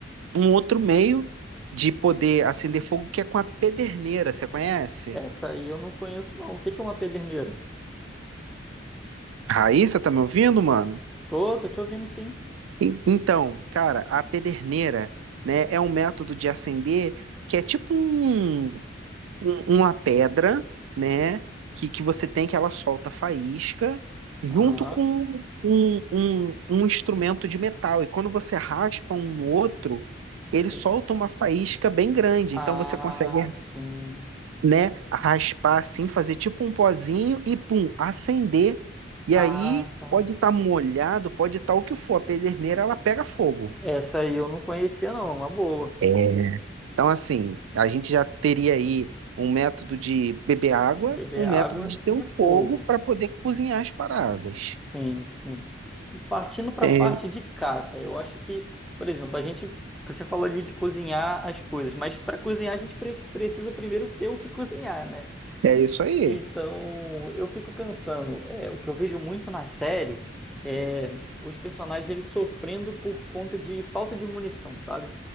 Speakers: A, on the right; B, in the centre.
A: um outro meio de poder acender fogo que é com a pederneira, você conhece?
B: Essa aí eu não conheço, não. O que que é uma pederneira?
A: Raíssa, tá me ouvindo, mano?
B: Tô, tô te ouvindo sim.
A: En- Então, cara, a pederneira, né, é um método de acender que é tipo um um- uma pedra, né, que, que você tem que ela solta faísca, junto
B: Aham.
A: com um, um, um instrumento de metal. E quando você raspa um no outro, ele
B: Ele-
A: solta uma faísca bem grande.
B: Ah,
A: Então você consegue,
B: sim.
A: né, raspar assim, fazer tipo um pozinho e pum, acender. E
B: Ah,
A: aí
B: tá.
A: pode estar molhado, pode estar o que for. A pederneira ela pega fogo.
B: Essa aí eu não conhecia, não. é Uma boa.
A: É. Então, assim, a gente já teria aí um método de beber água,
B: Beber
A: um método
B: água
A: de ter
B: de
A: um
B: fogo.
A: fogo para poder cozinhar as paradas.
B: Sim, sim. Partindo para
A: É,
B: a parte de caça, eu acho que, por exemplo, a gente. Você falou ali de cozinhar as coisas, mas para cozinhar a gente pre- precisa primeiro ter o que cozinhar, né?
A: é isso aí.
B: Então, eu fico pensando, é, o que eu vejo muito na série é os personagens eles sofrendo por conta de falta de munição, sabe?